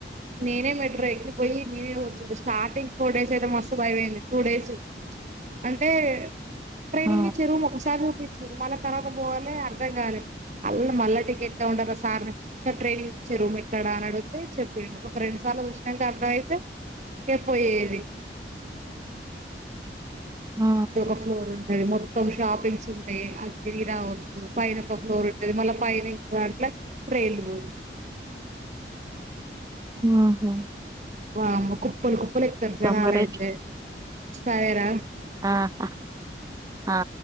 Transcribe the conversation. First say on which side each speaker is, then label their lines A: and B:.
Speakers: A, on the right; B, on the right.
A: నేనే మెట్రో ఎక్కి పోయి నేనే వచ్చుడు. స్టార్టింగ్ ఫోర్ డేస్ అయితే మస్తు భయమైంది టూ డేస్ అంటే ట్రైనింగ్
B: ఆ!
A: ఇచ్చే రూమ్ ఒకసార్ చూపిచ్ మళ్ళ తర్వాత పోలే అర్థం కాలే అల్ మళ్ళ టికెట్ కౌంటర్ల సార్ని సార్ ట్రైన్ చ్చె రూమ్ ఎక్కడ అన్ అడుగుతే చెప్పిండు ఒక రెండు సార్ల చూసినంక అర్థమైతే ఇగ పొయ్యేది.
B: ఆ!
A: ఇందొక ఫ్లోర్ ఉంటది మొత్తం షాపింగ్స్ ఉంటయి అట్ తిరిగి రావచ్చు పైన ఒక ఫ్లోర్ ఉంటది మళ్ళ పైన ఇంకో దాంట్ల ట్రైన్ <inaudible>
B: ఉహుమ్
A: వామ్మో కుప్పలు కుప్పలు ఎక్కుతారు జనాలు
B: మరి
A: అయితే సరేరా
B: ఆ ఆ ఆ